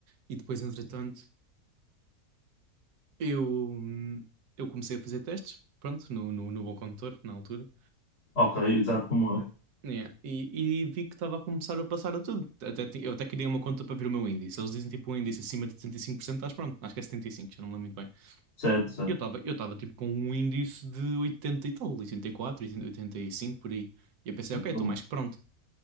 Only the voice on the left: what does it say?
Ok, exato como eu.
Certo, certo.
Muito
bom.